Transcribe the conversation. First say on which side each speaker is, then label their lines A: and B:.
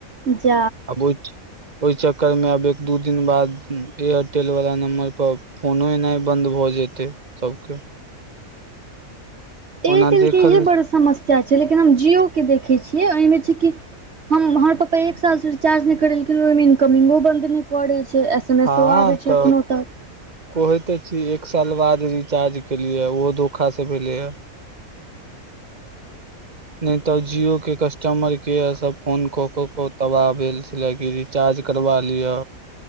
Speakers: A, on the right; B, on the right.
A: जा
B: आब ओय ओय चक्कर मे आब एक दू दिन बाद एयरटेल वला नम्बर पर फोनो एनाइ बन्द भऽ जेतै सब केय
A: एयरटेलके
B: ओना देखल
A: इएहे बड़ समस्या छै लेकिन हम जियओके देखै छियै एहिमे छै कि हम हमर पापा एक साल से रिचार्ज नहि करेलखिन ओहिमे इनकमिंगो बन्द नहि करे छै एस एमेसो
B: हँ
A: आबै छै
B: तऽ
A: एखनो तक
B: कहैत तऽ छी एक साल बाद रिचार्ज केलियै ओहो धोखासँ भेलै यऽ नहि तऽ जियो के कस्टमर केय सब फोन क क के तबाह भेल छला की रीचार्ज करबा लिय